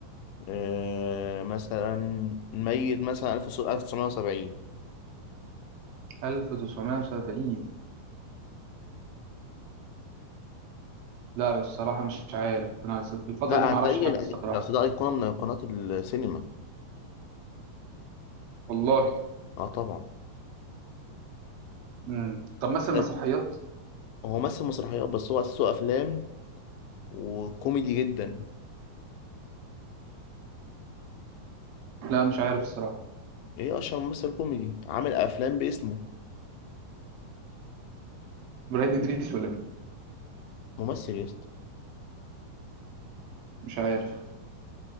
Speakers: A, on the left (about 85°); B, on the right (about 80°).
A: آه مثلا ميت مثلا 1970
B: 1970 لا الصراحة مش عارف أنا في الفترة
A: لا
B: دي معرفش
A: هتلاقيه
B: حد الصراحة
A: ده أصل ده أيقونة من أيقونات السينما
B: والله
A: اه طبعا
B: مم. طب مثلا
A: بس
B: مسرحيات
A: هو مثل مسرحيات بس هو أساسه أفلام وكوميدي جدا
B: لا مش عارف الصراحة
A: ايه أشهر ممثل كوميدي عامل أفلام باسمه
B: إبراهيم إدريس ولا مين
A: ممثل يا اسطى
B: مش عارف